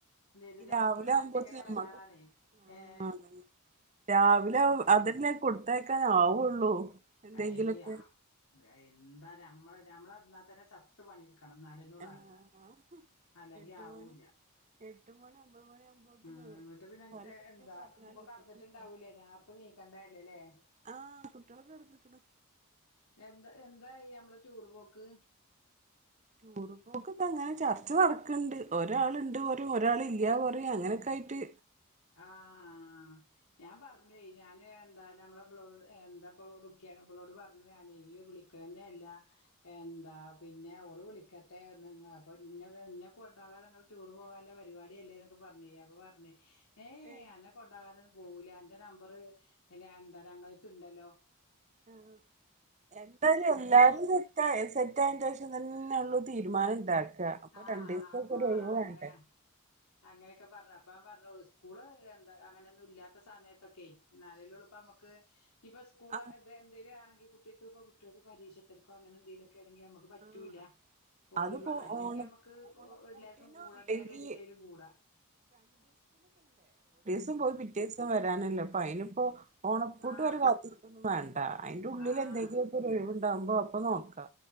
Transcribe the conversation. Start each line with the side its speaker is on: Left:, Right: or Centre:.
Left: എന്തെ
Right: ഈ
Left: ഞമ്മക്കൊരു
Right: രാവിലെ
Left: മനസ്ക്കൊര്
Right: ആവുമ്പോത്തിന്
Left: എടങ്ങാറാണേ
Right: നമ്മക്കും
Left: ഏഹ്
Right: ആഹ് അതന്നെ രാവിലെ അതെന്നെ കൊടുത്തയക്കാനാവുള്ളൂ എന്തെങ്കിലൊക്കെ
Left: അയ് ആ എന്താ ഞമ്മള് ഞമ്മള് എന്നാ തന്നെ ചത്ത് പണി ഇട്ക്ക് ക്കണം നാലെന്നൊള്ള്
Right: ആഹ്
Left: ആക്അ അല്ലങ്കി
Right: എട്ട്
Left: ആവൂല്ല
Right: മണി എട്ട് മണി ഒമ്പത് മണി ആവുമ്പോത്തിന്
Left: ഉം ന്ന്ട്ട് പിന്നെ
Right: പല കൃത്യം
Left: എന്താ
Right: പറഞ്ഞാല്
Left: ഇപ്പൊ കെടന്നിട്ടുണ്ടാവൂലേ
Right: എന്തെങ്കിലും
Left: നേർത്തെ നീക്കണ്ടല്ലേല്ലേ
Right: ആഹ് കുട്ടികളൊക്കെ കെടന്ന്ക്ക്ണ്
Left: എന്താ എന്തായി നമ്മളെ ടൂറ് പോക്ക്
Right: ടൂറ് പോക്ക് അങ്ങനെ ചർച്ച നടക്ക്ണ്ട് ഒരാൾ ഇണ്ട് പറയും ഒരാൾ ഇല്ല പറയും അങ്ങനൊക്കായി ട്ട്
Left: ആഹ് ഞാൻ പറഞ്ഞുവേ ഞാന് എന്താ നമ്മളെ ബളോ ഏ എന്താപ്പൊ റുക്കി ബളോട് പറഞ്ഞു ഞാന് ഇയ്യ് വിളിക്കലെന്നെല്ല എന്താ പിന്നെ ഓള് വിളിക്കട്ടെ അപ്പൊ ഇന്നെ കൊണ്ടോകാതെ ഇങ്ങള് ടൂർ പോകാല്ലെ പരിപാടിയാല്ലേന്നൊക്കെ പറഞ് അപ്പൊ പറഞ്ഞ് എ
Right: ഏഹ്
Left: ഏ അന്നെ കൊണ്ടാകാതൊന്നും പോവൂല അന്റെ നമ്പറ് പിന്നെ എന്താറിയാ ഞങ്ങളെര്ത്ത് ഇണ്ടല്ലോ
Right: ആ എന്തായാലും എല്ലാരും
Left: ബേക്ക്
Right: സെറ്റ് സെറ്റ് ആയേന്റേശം തന്നെ ഉള്ളൂ തീരുമാനം ഇണ്ടാക്ക അപ്പൊ
Left: ആഹ്
Right: രണ്ടീസൊക്കെ
Left: അപ്പൊ
Right: ഒരൊഴിവ്
Left: അങ്ങനെ
Right: വേണ്ടേ
Left: അങ്ങനെയൊക്കെ പറഞ്ഞു അപ്പ ഞാൻ പറഞ്ഞു സ്കൂള് എന്താ അങ്ങനെയൊന്നും ഇല്ലാത്ത സമയത്തൊക്കെ ന്നാലല്ലെ ഒള്ളുപ്പം ഞമ്മക്ക് ഇനിയിപ്പം സ്കൂൾ
Right: ആഹ്
Left: എന്തേലും ആണെങ്കി കു കുട്യക്പ്പം കുട്ടികൾക്ക് പരീക്ഷ തെരക്കോ അങ്ങനെ എന്തേലൊക്കെ ആണെങ്കി അമ്മക്ക് പറ്റൂല്ല
Right: ആഹ്
Left: ഓ
Right: അതിപ്പോ
Left: അല്ലെങ്കി
Right: ഓണ
Left: ങ്കി അമ്മക്ക്
Right: ഓണപ്പൂട്ടിനോ
Left: എല്ലാർക്കും കൂടണ്ടേന്ന്
Right: അല്ലെങ്കി
Left: കര്തീട്ടെങ്കിലും കൂടാ
Right: തും പോയി പിറ്റേസം വരാനല്ലേ അപ്പൊ അയിനിപ്പോ ഓണപൂട്ട്
Left: ആ
Right: വരെ കാത്ത് നിക്കൊന്നും വേ ണ്ട അയിന്റെ ഉള്ളിൽ
Left: ആ ആ
Right: എന്തെങ്കിലും ഒക്കൊര് ഒഴിവ്ണ്ടാക്മ്പോ അപ്പൊ നോക്കാ